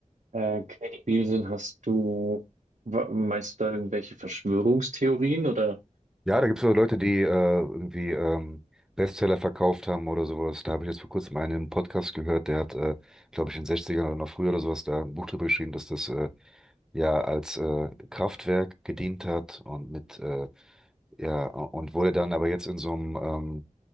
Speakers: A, on the right; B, in the centre.
A: äh, kredibil sind, hast du, wa- meinst du da irgendwelche Verschwörungstheorien oder?
B: Ja, da gibt es so Leute, die äh, irgendwie ähm, Bestseller verkauft haben oder sowas. Da habe ich jetzt vor kurzem einen im Podcast gehört, der hat, äh, glaube ich, in den Sechzigern oder noch früher oder sowas da ein Buch drüber geschrieben, dass das äh, ja als äh, Kraftwerk gedient hat und mit äh, ja und wurde dann aber jetzt in so einem ähm,